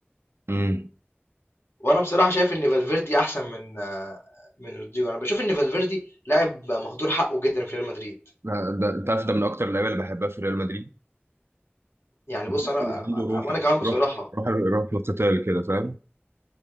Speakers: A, on the right; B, on the left.
A: امم
B: وانا بصراحه شايف ان فالفيردي احسن من آه، من رودريجو انا بشوف ان فالفيردي لاعب مهدور حقه جدا في ريال مدريد
A: لا، ده انت عارف ده من اكتر اللعيبه اللي بحبها في ريال مدريد
B: يعني بص
A: بحس
B: انا
A: إن عنده روح
B: وانا كمان بصراحه
A: روح روح روح القتال كده فاهم